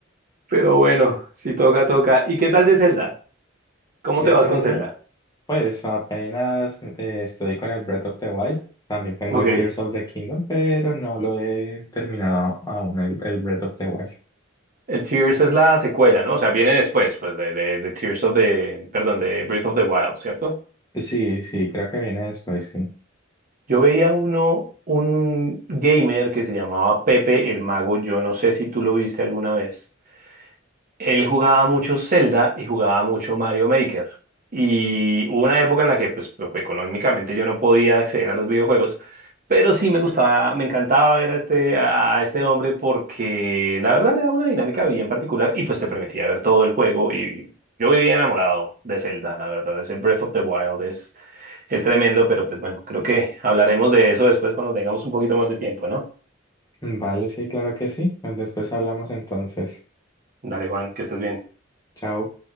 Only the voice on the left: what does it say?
De
Zelda,
pues apenas eh, estoy con el Breath of the Wild. También tengo
el Tears of the Kingdom, pero no lo he terminado aún, el, el Breath of the Wild.
Sí, sí, creo que viene después, sí.
Vale, sí, claro que sí. Después hablamos entonces.
Chao.